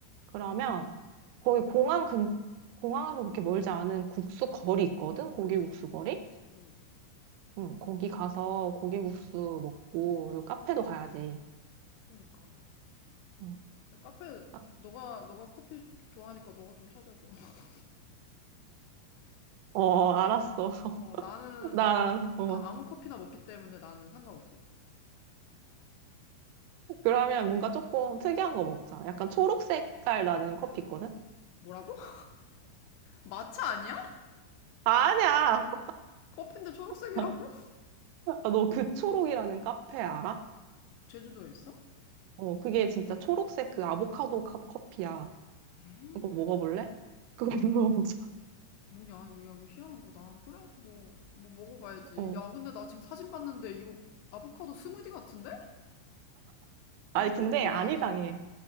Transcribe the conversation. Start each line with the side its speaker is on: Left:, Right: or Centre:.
Right: 그러면, 거기 공항 근, 공항에서 그렇게 멀지 않은 국수 거리 있거든? 고기국수 거리?
Left: 응,
Right: 응, 거기 가서 고기국수 먹고, 그리고 카페도 가야지.
Left: 그러니까.
Right: 어,
Left: 야, 카페,
Right: 아,
Left: 너가, 너가 커피 좋아하니까 너가 좀 찾아줘. <laughs>
Right: 어, 알았어. <laughs>
Left: 어, 나는,
Right: 나,
Left: 나는,
Right: 어.
Left: 나 아무 커피나 먹기 때문에 나는 상관없어.
Right: 그러면 뭔가 조금 특이한 거 먹자. 약간 초록 색깔 나는 커피 있거든?
Left: 뭐라고? <laughs> 마차 아니야?
Right: 아니야!
Left: 커피인데 초록색이라고?
Right: <laughs> 너 그 초록이라는 카페 알아?
Left: 제주도에 있어?
Right: 어, 그게 진짜 초록색 그 아보카도 컵 커피야.
Left: 에이.
Right: 그거 먹어볼래? 그거 <laughs> 먹어보자.
Left: 뭐냐, 이거 야, 이거 희한한 거다. 그래, 뭐, 뭐 먹어봐야지.
Right: 어.
Left: 야, 근데 나 지금 사진 봤는데 이거 아보카도 스무디 같은데?
Right: 아니,
Left: 이게 꽃피
Right: 근데 안
Left: 맞아?
Right: 이상해.